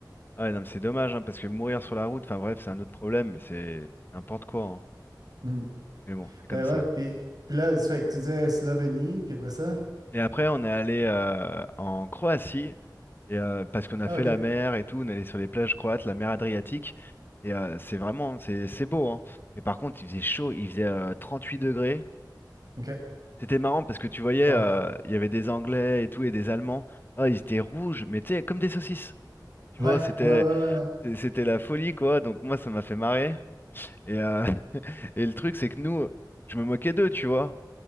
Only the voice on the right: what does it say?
Mhm.
Ben
ouais, puis, puis là, ça fait que tu disais Slovénie, puis après ça?
Ah,
ok,
ok.
Wow.
Ouais,
ouais, ouais, ouais. ouais.